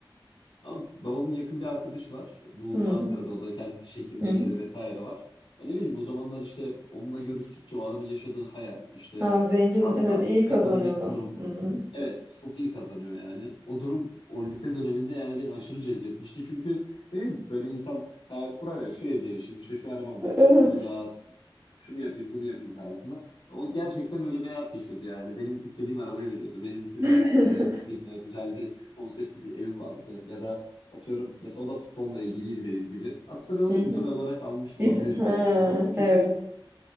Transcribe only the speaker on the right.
Hmm.
Hı hı.
Ha, zengin
evet iyi kazanıyorlar.
Hmm.
Evet.
<laughs>
Hı
hı.
Gidi- Ha,
evet.